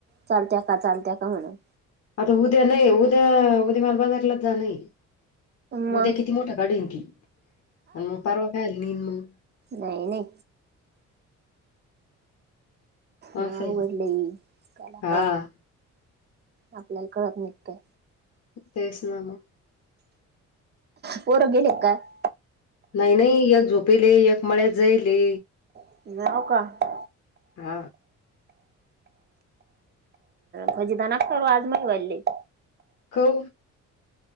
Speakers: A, on the right; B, on the left.
A: चालत्या का चालत्या का म्हणून
B: आता उद्या नाही उद्या उद्या मार बाजारला जा नाही
A: मग
B: उद्या किती मोटा गाडी की आणि मग परवा काय आली नन मग
A: नाइ नाइ नाऊले
B: असं आहे ना
A: कलाकारारी
B: हा
A: आपल्याल कळत निगतय
B: तेस ना मग
A: पोर गेली का काय
B: नाइ नाइ एक झोपिले एक मळ्यात जाइले
A: <unintelligible>
B: हा
A: भोजी दना आज मही बली
B: कऊ